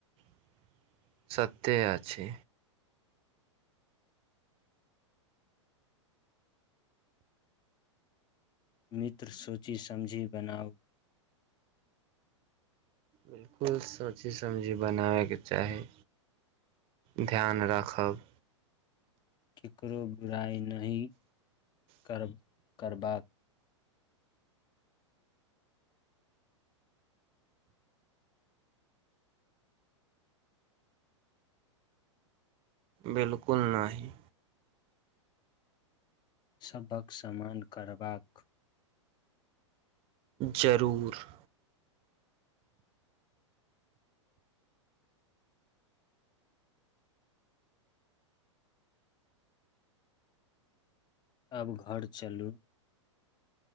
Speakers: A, on the right; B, on the left.
A: <inaudible> सत्य अछि
B: मित्र सोचि समझी बनाउ
A: बिल्कुल सोची समझी बनाबै केँ चाही ध्यान राखब
B: ककरो बुराइ नहीं <inaudible> कर करबाक
A: बिल्कुल नहीं
B: सभ हक समान करबाक
A: जरूर
B: अब घर चलू